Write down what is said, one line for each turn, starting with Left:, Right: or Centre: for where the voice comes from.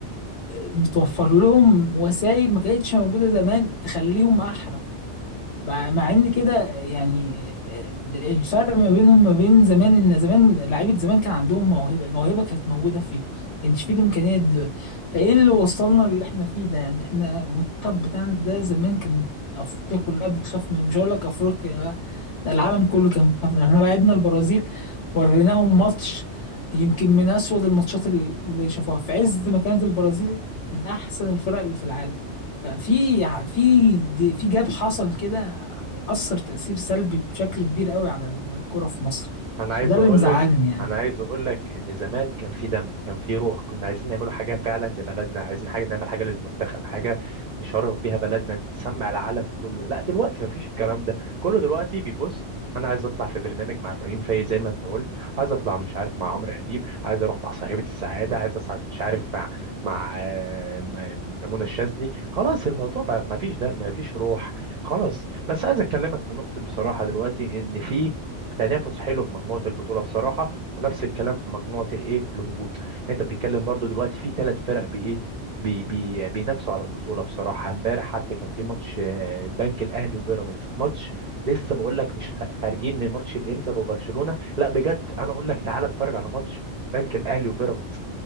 Left: متوفر لهم وسائل ما كانتش موجودة زمان تخليهم احرف مع مع ان كده يعني الفرق ما بينهم ما بين زمان ان زمان لعيبه زمان كان عندهم موهبه الموهبه كانت موجوده فيهم ما كانش فيه الامكانيات دلوقتي فايه اللي وصلنا اللي احنا فيه ده يعني احنا المنتخب بتاعنا ده زمان كانت افريقيا كلها بتخاف منه مش هقول لك افريقيا ده العالم كله كان خايف مننا. احنا لعبنا البرازيل وريناهم ماتش يمكن من اسود الماتشات ال- اللي شافوها في عز ما كانت البرازيل من احسن الفرق اللي في العالم ففي في دي- في جاب حصل كده هيأثر تأثير سلبي بشكل كبير قوي على الكرة في مصر
Right: انا عايز
Left: فده اللي
Right: اقول
Left: مزعلني
Right: لك
Left: يعني
Right: انا عايز اقول لك ان زمان كان في دم كان في روح كنا عايزين نعملوا حاجه فعلا لبلدنا عايزين حاجه نعمل حاجه للمنتخب حاجه نشرف بيها بلدنا تسمع العالم كله لا دلوقتي مفيش الكلام ده كله دلوقتي بيبص انا عايز اطلع في برنامج مع ابراهيم فايز زي ما انت قلت عايز اطلع مش عارف مع عمرو اديب عايز اروح مع صاحبه السعاده عايز اصعد مش عارف مع مع آه، م- منى الشاذلي خلاص الموضوع بقى مفيش دم مفيش روح خلاص بس عايز اكلمك في نقطه بصراحه دلوقتي ان في تنافس حلو في مجموعه البطوله بصراحه ونفس الكلام في مجموعه الايه الهبوط انت بتتكلم برضو دلوقتي في ثلاث فرق بايه بي بي بينافسوا على البطوله بصراحه امبارح حتى كان في ماتش آه، البنك الاهلي وبيراميدز ماتش لسه بقول لك مش خارجين من ماتش الانتر وبرشلونه لا بجد انا اقول لك تعالى اتفرج على ماتش البنك الاهلي وبيراميدز